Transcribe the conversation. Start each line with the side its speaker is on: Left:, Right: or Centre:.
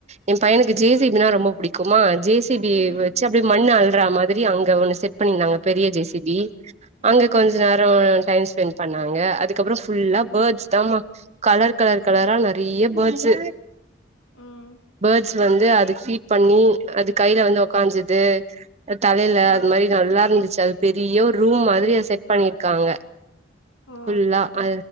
Right: ஏ பையனுக்கு ஜே சி பி னா ரொம்ப புடிக்குமா ஜே சி பி
Left: ம்
Right: வெச்சி அப்டியே மண்ணு அள்ற மாதிரி அங்க ஒன்னு செட் பண்ணியிருந்தாங்க பெரிய ஜே சி பி அங்க
Left: ம்
Right: கொஞ்ச நேரோ டைம் ஸ்பெண்ட் பண்ணாங்க அதுக்கப்புறோ ஃபுல்லா
Left: ம்
Right: பேர்ட்ஸ் தாம்மா கலர் கலர் கலரா
Left: ஆ
Right: நெறைய பேர்ட்ஸ்ஸு
Left: ம்
Right: பேர்ட்ஸ் வந்து அதுக்கு ஃபீட் பண்ணி அது கையில வந்து வொக்காஞ்சது தலையில
Left: ம்
Right: அது மாரி நல்லா இருந்துச்சி அது பெரிய ஒரு ரூம் மாதிரி அத செட் பண்ணிருக்காங்க
Left: ஓ
Right: ஃபுல்லா ஆ